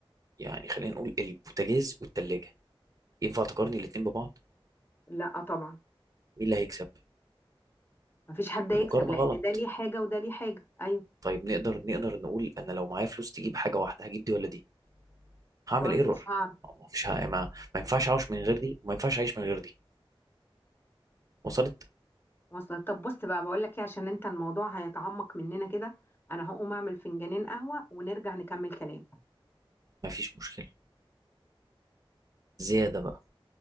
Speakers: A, on the right (about 35°); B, on the left (about 25°).
A: يعني خلينا نقول البوتاجاز والتلاجة ينفع تقارني الاتنين ببعض
B: لا طبعا
A: مين اللي هيكسب
B: مفيش حد يكسب
A: المقارنة
B: لأن
A: غلط
B: ده ليه حاجة وده ليه حاجة أيوه
A: طيب نقدر نقدر نقول انا لو معايا فلوس تجيب حاجة واحدة هجيب دي ولا دي هعمل
B: برضو
A: ايرور
B: مش هعرف
A: مش ه... ما... ما ينفعش اعيش من غير دي وما ينفعش اعيش من غير دي وصلت
B: وصل طب بص بقى بقول لك إيه عشان أنت الموضوع هيتعمق مننا كده أنا هقوم أعمل فنجانين قهوة ونرجع نكمل كلام
A: ما فيش مشكلة زيادة بقى